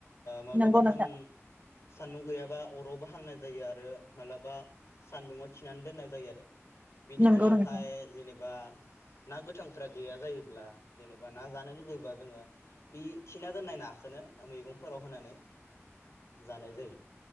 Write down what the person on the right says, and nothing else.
नंगौ
नोंथां
नंगौ
नोंथां